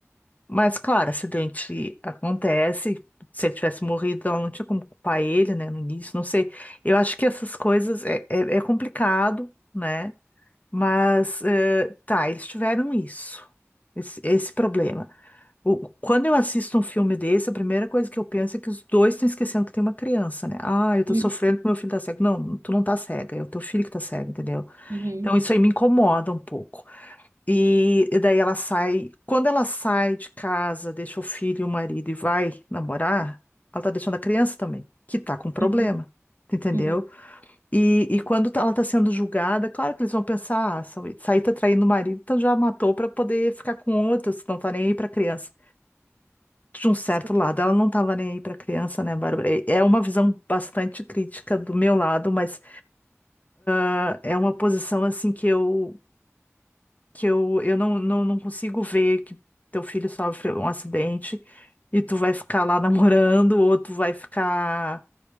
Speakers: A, on the left; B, on the right.
A: Mas, claro, acidente acontece. Se ele tivesse morrido, ela não tinha como culpar ele, né, no início, não sei. Eu acho que essas coisas é, é é complicado, né? Mas, eh, tá, eles tiveram isso, esse, esse problema. O- quando eu assisto um filme desse, a primeira coisa que eu penso é que os dois estão esquecendo que tem uma criança, né? Ah, eu tô
B: Uhum,
A: sofrendo porque meu filho tá cego. Não, tu não tá cega, é o teu filho que tá cego, entendeu?
B: uhum,
A: Então isso aí me incomoda um pouco. E, e daí ela sai, quando ela sai de casa, deixa o filho e o marido e vai namorar, ela tá deixando a criança também, que tá com problema,
B: uhum,
A: tu entendeu?
B: uhum,
A: E, e quando tá, ela está sendo julgada, claro que eles vão pensar, ah, essa essa aí tá traindo o marido, então já matou para poder ficar com outro, se não tá nem aí para criança. De um certo
B: sim.
A: lado, ela não estava nem aí para criança, né, Bárbara? E É uma visão bastante crítica do meu lado, mas ah, é uma posição assim que eu que eu, eu não, não, não consigo ver que teu filho sofre um acidente e tu vai ficar lá namorando, ou tu vai ficar